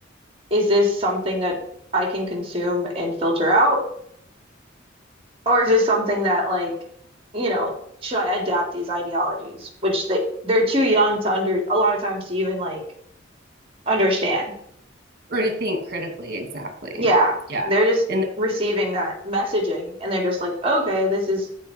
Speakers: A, on the right; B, on the right.
A: is this something that I can consume and filter out? Or is this something that like, you know, should I adapt these ideologies, which they they're too young to under a lot of times to even like understand.
B: Or to think critically, exactly.
A: Yeah,
B: Yeah.
A: they're just
B: And
A: receiving that messaging and they're just like, okay, this is